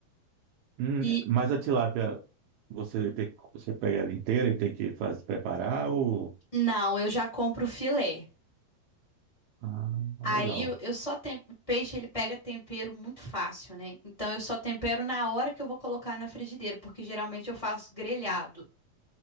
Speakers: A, on the right; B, on the left.
A: Hum,
B: E
A: mas a tilápia você tem que- você pega ela inteira e tem que fazer preparar ou
B: não, eu já compro o filé.
A: ah,
B: Aí
A: legal.
B: eu eu só tem o peixe ele pega tempero muito fácil, né? Então eu só tempero na hora que eu vou colocar na frigideira, porque geralmente eu faço grelhado.